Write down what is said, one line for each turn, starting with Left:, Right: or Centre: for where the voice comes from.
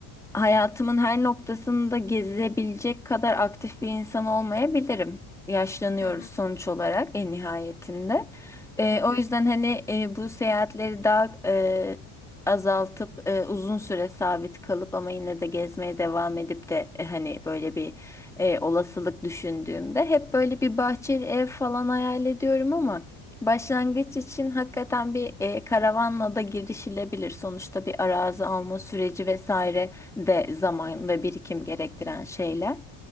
Centre: hayatımın her noktasında gezebilecek kadar aktif bir insan olmayabilirim. Yaşlanıyoruz
Left: Hı hı.
Centre: sonuç olarak en nihayetinde. E,
Left: Tabii,
Centre: o yüzden hani e, bu seyahatleri daha e, azaltıp e, uzun süre sabit kalıp ama yine de gezmeye devam edip de e, hani böyle bir e, olasılık düşündüğümde hep böyle bir bahçeli ev falan hayal ediyorum ama başlangıç için hakikaten bir e, karavanla da girişilebilir. Sonuçta bir arazi alma süreci vesaire de zaman ve birikim gerektiren şeyler.